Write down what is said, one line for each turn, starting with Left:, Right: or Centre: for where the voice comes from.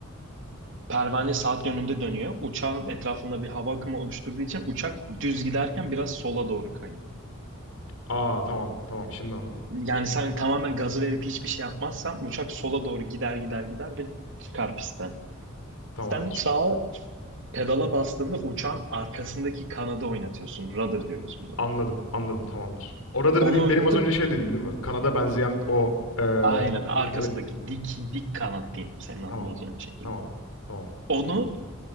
Right: Pervane saat yönünde dönüyor. Uçağın etrafında bir hava akımı oluşturduğu için uçak düz giderken biraz sola doğru kayıyor.
Left: Aa tamam tamam şimdi anladım.
Right: Yani
Left: Şimdi
Right: sen
Left: anladım.
Right: tamamen gazı verip hiçbir şey yapmazsan uçak sola doğru gider gider gider ve çıkar pistten.
Left: Tamamdır.
Right: Sen sağa Pedala bastığında uçan arkasındaki kanadı oynatıyorsun. Rudder diyoruz biz ona.
Left: Anladım anladım tamamdır. Oradır
Right: Onu
Left: dediğim
Right: oynatıp
Left: benim az önce şey dediğim değil mi? Kanada benzeyen o eee
Right: aynen arkasındaki
Left: rüzgarlık dediğim.
Right: dik dik kanat diyeyim senin anlayacağın
Left: Tamam.
Right: şekilde.
Left: Tamam. Tamam.
Right: Onu